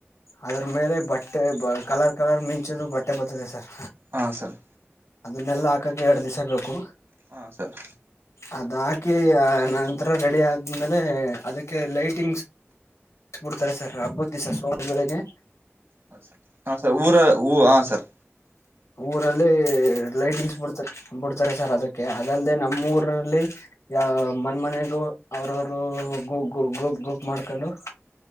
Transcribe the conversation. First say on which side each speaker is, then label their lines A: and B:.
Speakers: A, on the left; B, on the right.
A: ಅದ್ರ ಮೇಲೆ ಬಟ್ಟೆ ಕಲರ್ ಕಲರ್ ಮಿಂಚುದು ಬಟ್ಟೆ ಬರ್ತದೆ ಸರ್
B: ಹಾ ಸರ್
A: ಅದನ್ನೆಲ್ಲ ಹಾಕಕ್ ಎರಡ್ ದಿವಸ ಬೇಕು
B: ಹಾ ಸರ್
A: ಅದ ಹಾಕಿ ನಂತರ ರೆಡಿ ಆದ್ಮೇಲೆ ಅದಕ್ಕೆ ಲೈಟಿಂಗ್ಬಡ್ತಾರೆ ಸರ್ ಹಬ್ಬದ ದಿವಿಸ ಸವ ಬೆಳಗ್ಗೆ
B: ಹ ಹ ಸರ್ ಊರ ಹ ಸರ್
A: ಊರ ಅಲ್ಲಿ ಲೈಟಿಂಗ್ಸ್ ಬಿಡ್ತಾರೆ ಬಿಡ್ತಾರೆ ಸರ್ ಅದಕ್ಕೆ ಅದಲ್ಲದೆೇ ನಮ್ಮ ಊರಲ್ಲಿ ಯ ಮನ್ ಮನೆಗೂ ಅವ್ರವರು ಗ ಗ ಗ್ರೂಪ್ ಗ್ರೂಪ್ ಮಾಡ್ಕೊಂಡು